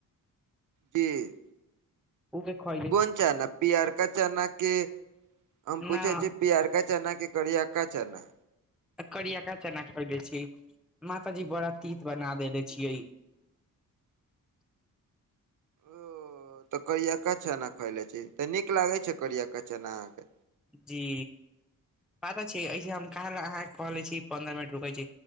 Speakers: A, on the right; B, in the centre.
A: कि?
B: <unintelligible>
A: कोन चना पियरका चना कि हम पूछे
B: न
A: छी पियरका चना कि करियका चना?
B: करियका चना के बनाबै छियै, माता जी बड़ा तीत बना देने छियै।
A: ओ त करियका चनाा खायले छी त नीक लागो छै करियका चना अहाँके
B: जी बात छै ऐसे हम काल अहाँके कहलै छी पन्द्रह मिनट रुकै छी।